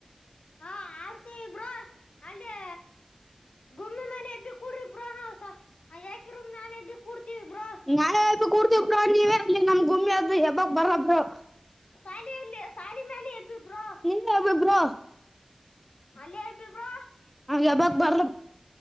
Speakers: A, on the left; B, in the centre.
A: ಹಾ ಆಡ್ತಿ ಸಹೋದರ ಅಲ್ಲಿ ಗೂಮ್ಮಿ ಮಲೆ ಎಬ ಕೂಡ ಸ ಯಾಕೆ್ ನಾನ ಕೂಡ್ತೀವಿ ಬ್ರೋ
B: ನಾೆ ಕೂಡ್ತ್ರ ನೀವೇಲ್ಲಿ ನಮ್ ಗುಮಿ ಅದ ಯಾವಾಗ ಬರದರು
A: ಶಾಲೆಯಲ್ಲಿ ಸಾಲಿನ ಮಾಲ ಎದ್ದಿದ್ರು
B: ನೀ ಅಬಬ್ರಾ
A: ಅಲ್ಲೇ ಎಬಬ್ರಾ
B: ಯಾವಾಗ ಬರ್ಲ